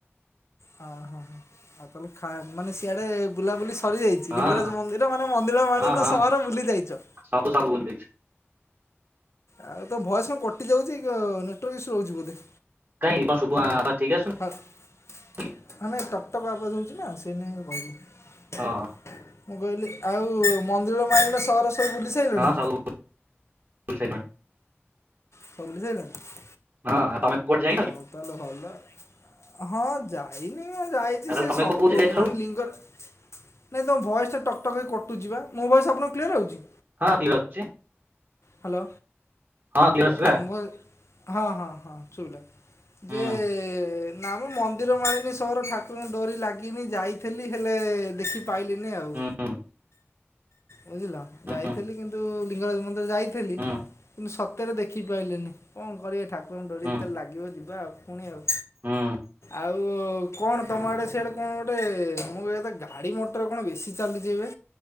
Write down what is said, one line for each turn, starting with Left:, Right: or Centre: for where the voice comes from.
Left: ଅହ ହୋ ଆଉ ତାହେଲେ ଖା ମାନେ ସିଆଡେ ବୁଲାବୁଲି ସରିଯାଇଚି
Right: ହଁ
Left: ଲିଙ୍ଗରାଜ ମନ୍ଦିର ମାନେ ମନ୍ଦିମାଲିନ
Right: ହଁ ହଁ
Left: ସହର ବୁଲି ଯାଇଚ।
Right: ସବୁ ସବୁ ବୁଲି ଦେଇଚୁ।
Left: ଆଉ ତୋ ଭଏସ୍ କଣ କଟିଯାଉଚି କ ନେଟୱାର୍କ ଇସୁ ରହୁଚି ବୋଧେ?
Right: କାଇଁକି କଣ ଶୁବା ପା ଠିକ ଆସୁନି
Left: ନାଇଁ
Right: କି
Left: ଟକ୍ ଟକ୍ ଆବାଜ ହେଉଚି ନା ସେଇ ନାଗି କହିଲି।
Right: ଓ ହୋ।
Left: ମୁଁ କହିଲି ଆଉ ମନ୍ଦିର ମାଲୀନ ସହର ସବୁ ବୁଲି ସାରିଲଣି
Right: ହଁ ସବୁ ବୁଲି ସାଇଲୁଣି।
Left: ସବୁ ବୁଲି ସାଇଲାଣି?
Right: ହଁ। ଆ ତମେ କୁଆଡେ ଯାଇନ କି?
Left: ହଉ ତାହେଲେ ଭଲ। ହଁ ଯା ଇନି ଯାଇଚି
Right: ଆଉ ତାହେଲେ
Left: ସେ
Right: ତମେ
Left: ସବୁ
Right: କୋଉ କୋଉ ଜାଗା ଯାଇଛ
Left: ମାନେ ଲିଙ୍ଗରାଜ ନାଇଁ ତମ ଭଏସଟା ଟକଟକ ହେଇକି କଟୁଚିବା। ମୋ ଭଏସ୍ ଆପଣକୁ କ୍ଲିୟର ଆଉଚି?
Right: ହଁ କ୍ଲିଅର୍ ଆଉଛି।
Left: ହାଲୋ
Right: ହଁ କ୍ଲିୟର ଆସୁଛି
Left: ଏ
Right: ବା
Left: ତମ୍ ଭଏ ହଁ ହଁ ହଁ ଶୁଭିଲା।
Right: ହୁଁ
Left: ଯେ ନା ମ ମନ୍ଦିର ମାଳିିନି ସହର ଠାକୁରଙ୍କ ଡୋରି ଲାଗିନି ଯାଇଥେଲି ହେଲେ ଦେଖି ପାଇଲିନି ଆଉ।
Right: ହୁଁ
Left: ବୁଝିଲ
Right: ହୁଁ
Left: ଯାଇଥେଲି
Right: ହୁଁ
Left: କିନ୍ତୁ ଲିଙ୍ଗରାଜ ମନ୍ଦିର ଯାଇଥେଲି
Right: ହୁଁ
Left: କିନ୍ତୁ ସତ୍ ତେରେ ଦେଖି ପାଇଲିନି କଁ କରିବି ଠାକୁରଙ୍କ ଡୋରି
Right: ହୁଁ
Left: ଯେତେବେଳେ ଲାଗିବ ଯିବା ଆଉ ଫୁଣି ଆଉ।
Right: ହୁଁ
Left: ଆଉ ଆଉ କଣ ତମ ଆଡେ ସିଆଡେ କଣ ଗୋଟେ ମୋ କହିବା କଥା ଗାଡି ମଟର କଣ ବେଶୀ ଚାଲିଛିି ଏବେ।